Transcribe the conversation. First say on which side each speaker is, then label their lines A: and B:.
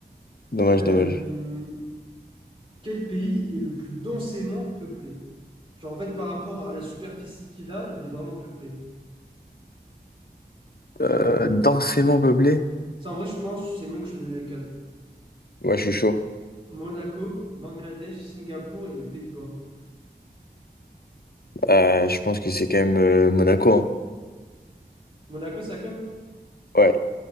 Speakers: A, on the left; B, on the right.
A: Dommage,
B: Euh,
A: dommage.
B: Quel pays est le plus densément peuplé? Genre, en fait, par rapport à la superficie qu'il a, il est vraiment peuplé.
A: Euh, densément peuplé?
B: Ça, en vrai, je pense, c'est mieux que je te donne les quatre.
A: Ouais, je suis chaud.
B: Monaco, Bangladesh, Singapour et les Pays-Bas.
A: Euh, je pense que c'est quand même euh, Monaco. hein.
B: Monaco, ça comme?
A: Ouais.